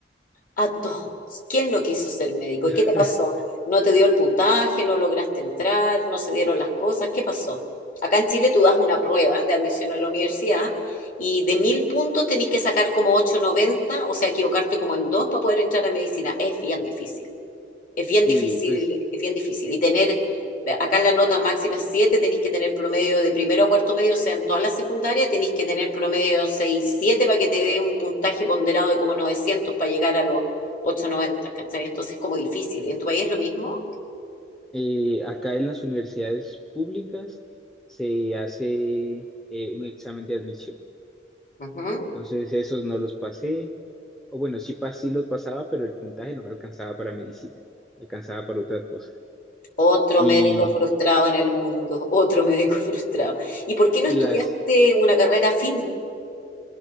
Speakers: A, on the left; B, in the centre.
A: A todos. ¿Quién no quiso ser médico?
B: <laughs>
A: ¿Y qué te pasó? ¿No te dio el puntaje? ¿No lograste entrar? ¿No se dieron las cosas? ¿Qué pasó? Acá en Chile tú das una prueba de admisión a la universidad y de mil puntos tenés que sacar como ochocientos noventa o sea, equivocarte como en dos para poder entrar a medicina. Es bien difícil. Es bien
B: Sí,
A: difícil,
B: pues
A: es bien difícil. Y tener, acá la nota máxima es siete tenéis que tener promedio de primero a cuarto medio, o sea, en toda la secundaria tenéis que tener promedio 6 7 para que te dé un puntaje ponderado de como 900 para llegar a los 890, ¿cachai? Entonces es como difícil. ¿En tu país es lo mismo?
B: eh, acá en las universidades públicas se hace eh, un examen de admisión.
A: Ujú.
B: Entonces esos no los pasé, o bueno, sí, pas- sí los pasaba, pero el puntaje no me alcanzaba para medicina, me alcanzaba para otras cosas.
A: Otro
B: Y,
A: médico frustrado en el mundo, <laughs> otro médico frustrado. ¿Y por qué no
B: y
A: estudiaste
B: las,
A: una carrera afín,